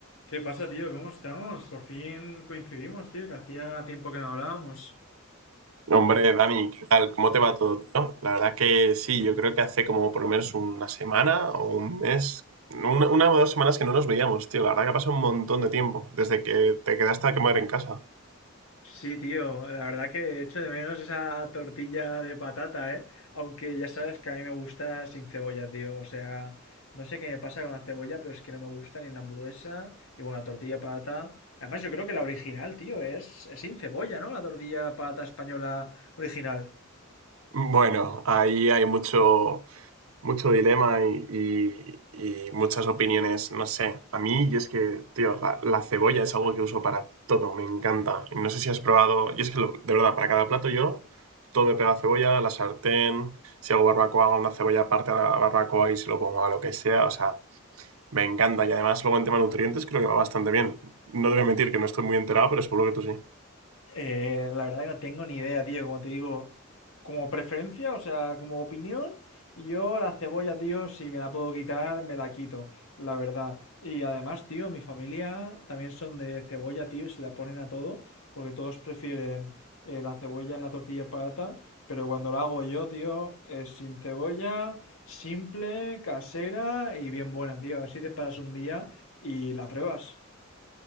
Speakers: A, on the left; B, on the right.
A: ¿Qué pasa, tío? ¿Cómo estamos? Por fin coincidimos, tío, que hacía tiempo que no hablábamos.
B: Hombre, Dani, ¿qué tal? ¿Cómo te va todo, tío? La verdad que sí, yo creo que hace como por lo menos una semana o un mes, una, una o dos semanas que no nos veíamos, tío. La verdad que ha pasado un montón de tiempo, desde que te quedaste a quemar en casa.
A: Sí, tío, la verdad que echo de menos esa tortilla de patata, ¿eh? Aunque ya sabes que a mí me gusta sin cebolla, tío. O sea, no sé qué me pasa con la cebolla, pero es que no me gusta ni en la hamburguesa. Y bueno, la tortilla de patata. Además, yo creo que la original, tío, es, es sin cebolla, ¿no? La tortilla de patata española original.
B: Bueno, ahí hay mucho, mucho dilema y, y- y muchas opiniones, no sé. A mí, yo es que, tío, la, la cebolla es algo que uso para todo, me encanta. Y no sé si has probado, yo es que, lo- de verdad, para cada plato yo, todo me pega cebolla, la sartén, si hago barbacoa, hago una cebolla aparte a la barbacoa y se lo pongo a lo que sea, o sea, me encanta. Y además, luego en tema nutrientes creo que va bastante bien. No te voy a mentir que no estoy muy enterado, pero seguro que tú sí.
A: Eh, la verdad que no tengo ni idea, tío. Como te digo, como preferencia, o sea, como opinión, yo la cebolla, tío, si me la puedo quitar, me la quito, la verdad. Y además, tío, mi familia también son de cebolla, tío, y se la ponen a todo, porque todos prefieren eh, la cebolla en la tortilla patata, pero cuando la hago yo, tío, es sin cebolla, simple, casera y bien buena, tío. A ver si te paras un día y la pruebas.